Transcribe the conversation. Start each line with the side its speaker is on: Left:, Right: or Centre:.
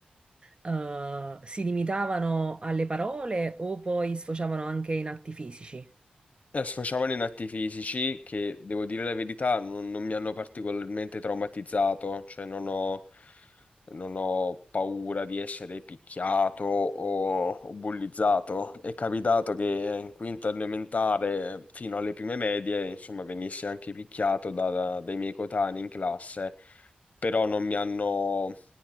Right: eh, si limitavano alle parole o poi sfociavano anche in atti fisici?
Left: Eh, sfociavano in atti fisici che, devo dire la verità, non, non mi hanno particolarmente traumatizzato, cioè non ho, non ho paura di essere picchiato o, o bullizzato. È capitato che in quinta elementare, fino alle prime medie, insomma, venissi anche picchiato da- da- dai miei coetanei in classe, però non mi hanno,